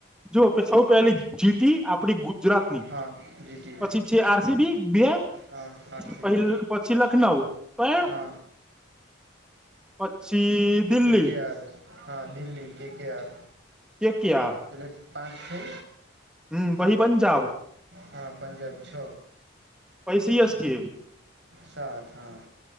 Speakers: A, in the centre; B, on the right.
A: જોુઓ સૌ પહેલી જીતી, આપડી ગુજરાત ની
B: હા જીટી
A: પછી છે, આરસીબી બે
B: હા આરસીબી
A: પ પછી લખનઉ તો એમ
B: હા
A: પછી દિલ્હી
B: કે કે આર હા Delhi. K K R.
A: K K R
B: જેટલે પાંચ છે.
A: હમ પછી પંજાબ
B: હા પંજાબ છ
A: પછી સી એસ કે.
B: સાત હા